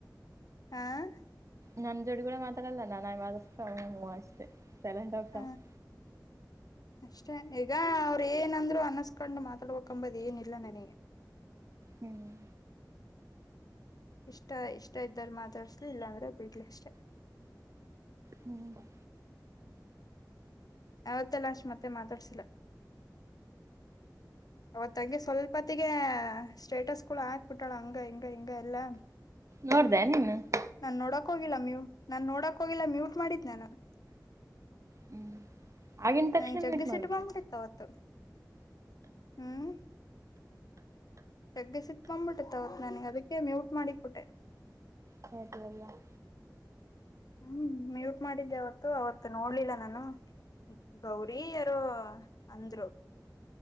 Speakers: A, on the left (about 60°); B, on the right (about 45°).
A: ಹಾ. <unintelligible>
B: ನನ್ನ ಜೋಡಿಗಳ ಮಾತಾಡಲ್ಲ ನಾನ್ ಆಗಿ ಮಾತಡಾಸತ್ತ ಹೂ ಅಷ್ಟೇ ಸೈಲೆಂಟ್ ಆಗ್ತಾತಾಳ.
A: ಹ
B: <inaudible>
A: ಅಷ್ಟೇ ಈಗ ಅವರ ಏನಂದ್ರು ಅನ್ನಸ್ಕೊಂಡು ಮಾತಾಡ್ಬೇಕಂಬದ ಏನಿಲ್ಲ ನನಗೆ. <inaudible>
B: ಹ್ಮ್. <unintelligible>
A: ಇಷ್ಟ ಇಷ್ಟ ಇದ್ದಾರ ಮಾತಾಡಸಲ್ಲಿ ಇಲ್ಲಾಂದ್ರೆ ಬಿಡ್ಲಿ ಅಷ್ಟೇ. <inaudible>
B: ಹ್ಮ್. <unintelligible>
A: ಅವತ್ತ ಲಾಸ್ಟ್ ಮತ್ತೆ ಮಾತಾಡ್ಸಿಲ್ಲ. <inaudible> <inaudible> ಅವತ್ ಹಂಗೆ ಸ್ವಲ್ಪೊತ್ತಗೆ ಸ್ಟೇಟಸ್ ಕೂಡ ಹಾಕಬಿಟ್ಟಳ ಹಂಗ ಹಿಂಗ ಹಿಂಗ ಎಲ್ಲಾ.
B: ನೋಡದೇ ನೀನು. <inaudible>
A: ನಾನ್ ನೋಡಕ್ ಹೋಗಿಲ್ಲ ಅಮಯು ನಾನ್ ನೋಡಕ್ ಹೋಗಿಲ್ಲ ಮ್ಯೂಟ್ ಮಾಡಿದ್ದ ನಾನು. <inaudible>
B: ಹ್ಮ್ ಆಗಿನ ತಕ್ಷಣ
A: ಏ ಜಗ್ಗಿ
B: ಮೀಟ್ ಮಾಡ್ಬಿಟ್ಟೆ
A: ಸಿಟ್ಟ್ ಬಂದಿತ್ ಅವತ್ತ ಹ್ಮ್. ಜಗ್ಗಿ ಸಿಟ್ಟ್ ಬಂದ ಬಿಟ್ಟಿತ್ ಅವತ್ ನನಗ್ ಅದಕ್ಕೆ ಮ್ಯೂಟ್ ಮಾಡಿ ಇತ್ಬಿಟ್ಟೆ.
B: ಮ್ಯೂಟ್ <unintelligible>
A: ಹ್ಮ್ ಮ್ಯೂಟ್ ಮಾಡಿದ್ದೆ ಅವತ್ತು ಅವತ್ ನೋಡ್ಲಿಲ್ಲ ನಾನು. ಗೌರಿ ಯಾರೋ ಅಂದ್ರು.